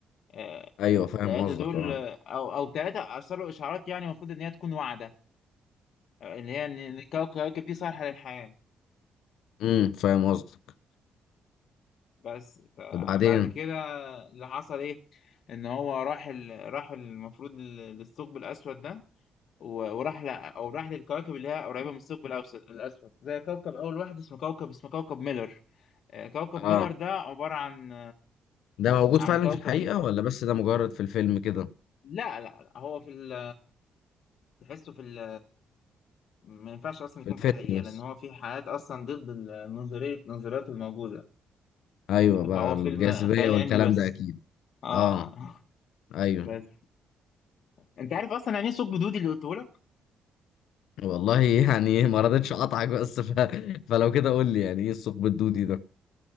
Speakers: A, on the left (about 55°); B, on the left (about 80°).
A: آه،
B: ايوه
A: التلاتة
B: فاهم قصدك
A: دول
B: اه
A: آه، او او ثلاثه ارسلوا اشعارات يعني المفروض ان هي تكون واعده آه، اللي هي ان إن الكواكب دي صالحه للحياه
B: امم فاهم قصدك
A: بس فبعد
B: وبعدين
A: كده اللي حصل ايه ان هو راح ال... راح المفروض لل- للثقب الاسود ده و- وراح ل... او راح للكواكب اللي هي قريبه من الثقب الأوس- الاسود زي كوكب اول واحد اسمه كوكب اسمه كوكب ميلر آه، كوكب
B: اه
A: ميلر ده عباره عن
B: ده موجود
A: عن
B: فعلا
A: كوكب
B: في الحقيقة
A: ال...
B: ولا بس ده مجرد في الفيلم كده
A: لا لا لا هو في ال... تحسه في ال... ما ينفعش اصلا يكون
B: في الفيلم
A: في الحقيقه
B: بس
A: لان هو في حياه اصلا ضد ال- نظريه النظريات الموجوده
B: ايوه بقى
A: فهو
B: الجاذبية
A: فيلم خيال
B: والكلام
A: علمي بس
B: ده اكيد
A: اه
B: اه
A: <laughs>
B: ايوه
A: بس انت عارف اصلا يعني ايه ثقب دودي اللي قلته لك
B: والله <laughs> يعني ما رضيتش اقطعك بس ف... <laughs> فلو كده قول لي يعني ايه الثقب الدودي ده